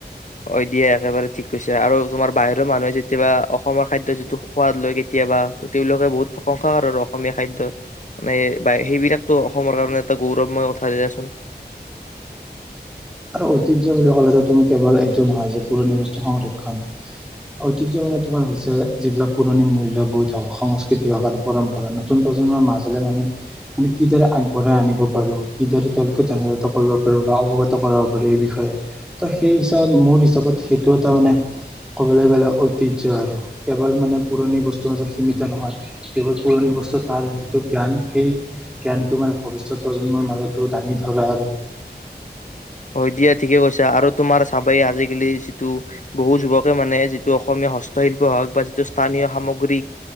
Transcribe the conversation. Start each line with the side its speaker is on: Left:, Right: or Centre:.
Left: হয় দিয়া একেবাৰে ঠিক কৈছে, আৰু তোমাৰ বাহিৰৰ মানুহে যেতিয়া অসমৰ খাদ্য যিটো সোৱাদ লয়, কেতিয়াবা, ত তেওঁলোকে বহুত প্ৰশংসা কৰে আৰু অসমীয়া খাদ্য। মানে, সেইবিলাকতো অসমৰ কাৰণে এটা গৌৰৱময় কথা দিয়াচোন।
Centre: আৰু ঐতিয্য বুলি কলে তুমি কেৱল এইটো নহয় যে পুৰণি বস্তু সংৰক্ষণ, ঐতিহ্য মানে তোমাৰ হৈছে যিবিলাক পুৰণি মূল্যবোধ সংস্কৃতি হওক আৰু পৰম্পৰা, নতুন প্ৰজন্মৰ মাজলে আমি মানে কিদৰে আগবঢ়াই আনিব পাৰোঁ কিদৰে তেওঁলোকে জনাজাত কৰিব পাৰো বা অৱগত কৰাব পাৰে এই বিষয়ে ত সেই হিচাপত, মোৰ হিচাপত, সেইটো এটা মানে ক'বলৈ গলে ঐতিয্য আৰু। কেৱল মানে পুৰণি বস্তুৰ মাজত সীমিত নহয়, কেৱল পুৰণি বস্তু তাৰ যিটো জ্ঞান সেই জ্ঞানটো মানে ভৱিষ্যত প্ৰজন্মৰ মাজতো দাঙি ধৰা আৰু
Left: হয় দিয়া ঠিকে কৈছা। আৰু তুমাৰ চাবেই আজিকালি যিটো বহু যুৱকে মানে যিটো অসমীয়া হস্তশিল্প হওক বা যিটো স্থানীয় সামগ্ৰী